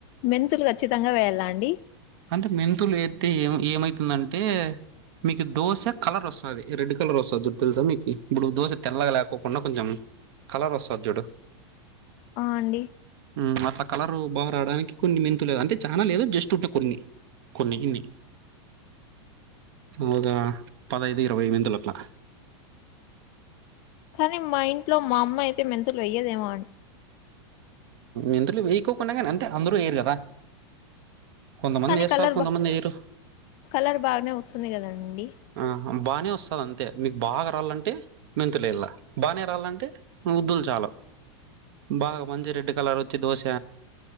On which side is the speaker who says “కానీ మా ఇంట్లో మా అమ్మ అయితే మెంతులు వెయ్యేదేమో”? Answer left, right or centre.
Left